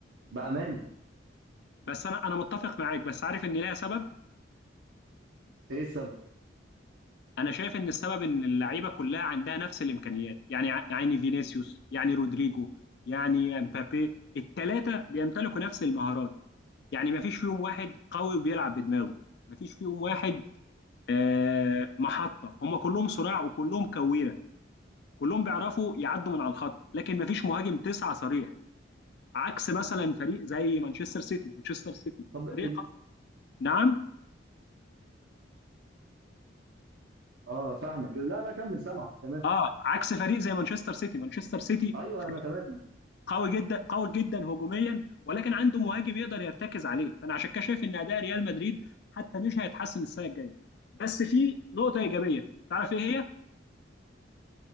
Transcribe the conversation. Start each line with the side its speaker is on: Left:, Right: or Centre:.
Right: بامانه
Left: بس انا انا متفق معاك بس عارف ان ليها سبب
Right: ايه السبب
Left: انا شايف ان السبب ان اللعيبه كلها عندها نفس الامكانيات يعني ع- يعني فينيسيوس يعني رودريجو يعني امبابي الثلاثه بيمتلكوا نفس المهارات يعني ما فيش فيهم واحد قوي وبيلعب بدماغه ما فيش فيهم واحد آه، محطه هم كلهم صراع وكلهم كويره كلهم بيعرفوا يعدوا من على الخط لكن ما فيش مهاجم تسعه صريح عكس مثلا فريق زي مانشستر سيتي مانشستر سيتي
Right: طب ال...
Left: فريق قوي. نعم
Right: اه فاهمك لا لا كمل سامعك تمام
Left: اه عكس فريق زي مانشستر سيتي مانشستر سيتي
Right: ايوه
Left: فريق
Right: انا تمام
Left: قوي جدا قوي جدا هجوميا ولكن عنده مهاجم يقدر يرتكز عليه فانا عشان كده شايف ان اداء ريال مدريد حتى مش هيتحسن السنه الجايه بس في نقطه ايجابيه تعرف ايه هي